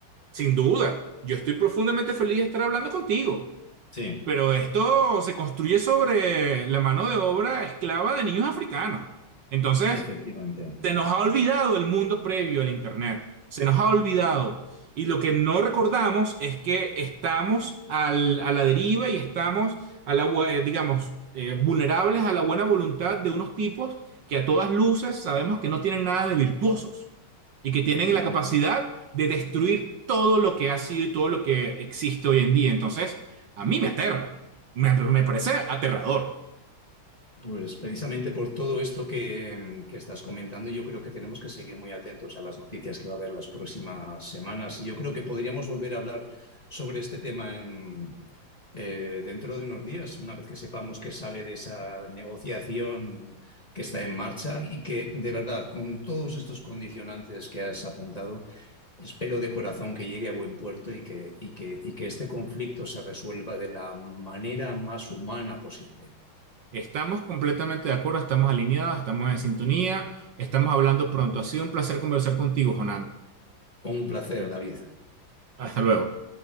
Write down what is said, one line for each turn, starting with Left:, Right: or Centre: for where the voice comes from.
Right: sin duda. Yo estoy profundamente feliz de estar hablando contigo,
Left: Sí,
Right: pero esto se construye sobre la mano de obra esclava de niños africanos. Entonces,
Left: efectivamente.
Right: se nos ha olvidado el mundo previo al Internet. Se nos ha olvidado. Y lo que no recordamos es que estamos al- a la deriva y estamos, a la, bu- eh, digamos, eh, vulnerables a la buena voluntad de unos tipos que a todas luces sabemos que no tienen nada de virtuosos y que
Left: Efectivamente.
Right: tienen la capacidad de destruir todo lo que ha sido y todo lo que existe hoy en día. Entonces, a mí me aterra. me me parece aterrador.
Left: Pues precisamente por todo esto que, que estás comentando, yo creo que tenemos que seguir muy atentos a las noticias que va a haber las próximas semanas. Y yo creo que podríamos volver a hablar sobre este tema en, eh, dentro de unos días, una vez que sepamos que sale de esa negociación que está en marcha y que, de verdad, con todos estos condicionantes que has apuntado, espero de corazón que llegue a buen puerto y que, y que, y que este conflicto se resuelva de la manera más humana posible.
Right: Estamos completamente de acuerdo, estamos alineados, estamos en sintonía, estamos hablando pronto. Ha sido un placer conversar contigo, Jonan.
Left: Un placer, David.
Right: Hasta luego.